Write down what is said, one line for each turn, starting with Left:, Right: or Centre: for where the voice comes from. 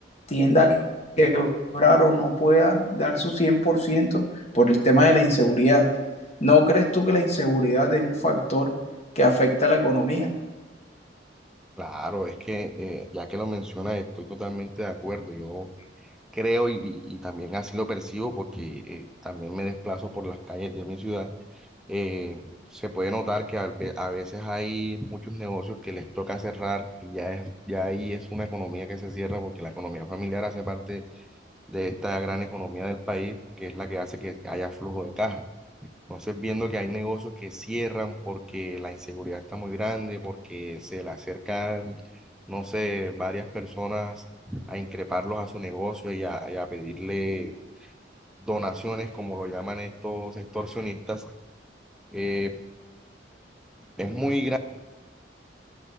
Left: tienda a quebrar o no pueda dar su 100% por ciento por el tema de la inseguridad. ¿No crees tú que la inseguridad es un factor que afecta a la economía?
Centre: Claro, es que eh, ya que lo mencionas, estoy totalmente de acuerdo. Yo creo y, y- y también así lo percibo porque eh, también me desplazo por las calles de mi ciudad eh, se puede notar que al ve- a veces hay muchos negocios que les toca cerrar y ya, es, ya ahí es una economía que se cierra porque la economía familiar hace parte de esta gran economía del país, que es la que hace que haya flujo de caja. Entonces, viendo que hay negocios que cierran porque la inseguridad está muy grande, porque se le acercan, no sé, varias personas a increparlos a su negocio y a, y a pedirle donaciones, como lo llaman estos extorsionistas, eh, es muy